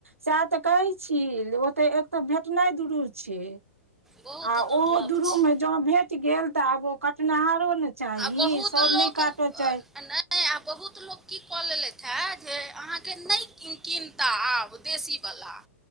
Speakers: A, on the right; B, in the centre.
A: सैह त कहे छी ओते एतऽ भेटनाइ दुरूर छै।
B: बहुत
A: आ
B: दुर्लभ
A: ओहो दुरूम
B: छै
A: मे जौं भेट गेल तऽ आब ओ कटनाहारो ने चाही
B: आ बहुत
A: सभ
B: लोक
A: नहि काटऽ चहै
B: नहि आ बहुत लोग की कऽ लेलेथ है जे अहाँ के नहि कीॅनता आब देशी वला